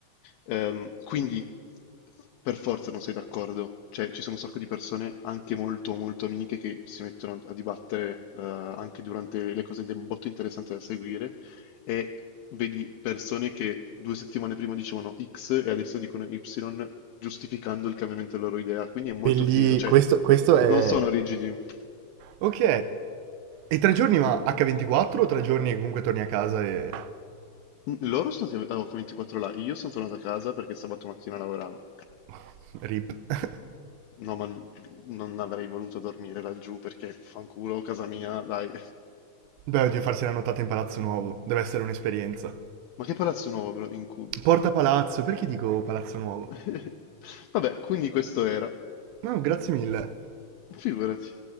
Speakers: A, on the left; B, on the right.
A: Ehm, quindi per forza non sei d'accordo, cioè ci sono un sacco di persone anche molto molto amiche che si mettono a dibattere eh, anche durante le cose ed è un botto interessante da seguire, e vedi persone che due settimane prima dicevano X e adesso dicono Y, giustificando il cambiamento della loro idea. Quindi è molto
B: E lì,
A: figo, cioè
B: questo, questo è,
A: non sono rigidi.
B: Ok. E tre giorni ma H24 o tre giorni che comunque torni a casa e...
A: Mm, Loro sono stati a H24 là, io sono tornato a casa perché sabato mattina lavoravo.
B: <laughs> Rip. <laughs>
A: No, ma n- non avrei voluto dormire laggiù perché fanculo, casa mia, dai.
B: Beh, oddio, farsi la nottata in Palazzo Nuovo. Deve essere un'esperienza.
A: Ma che palazzo nuovo, bro, in Cube?
B: Porta Palazzo, perché dico Palazzo Nuovo?
A: <laughs> Vabbè, quindi questo era.
B: No, grazie mille.
A: Figurati.